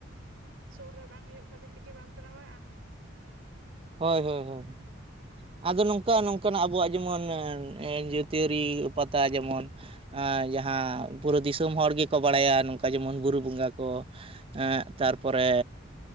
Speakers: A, on the right; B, on the right.
A: ᱥᱳᱨ ᱨᱮ ᱵᱟᱝ ᱦᱳᱭᱳᱜ ᱠᱷᱟᱹᱛᱤᱨ ᱛᱮᱠᱤ ᱵᱟᱢ ᱪᱟᱞᱟᱣ ᱵᱟᱲᱟᱜᱼᱟ᱾
B: ᱦᱳᱭ ᱦᱳᱭ ᱦᱳᱭ ᱟᱫᱚ ᱱᱚᱝᱠᱟ ᱱᱚᱝᱠᱟᱱᱟᱜ ᱟᱵᱚᱣᱟᱜ ᱡᱮᱢᱚᱱ ᱡᱟᱹᱛᱤᱭᱟᱹᱨᱤ ᱯᱟᱛᱟ ᱡᱮᱢᱚᱱ᱾ ᱡᱟᱦᱟᱸ ᱵᱩᱨᱩ ᱫᱤᱥᱚᱢ ᱦᱚᱲ ᱜᱮᱠᱚ ᱵᱟᱲᱟᱭᱟ ᱱᱚᱝᱠᱟ ᱡᱮᱢᱚᱱ ᱵᱩᱨᱩ ᱵᱚᱸᱜᱟ ᱠᱚ᱾ ᱮᱜ ᱛᱟᱨᱯᱚᱨᱮ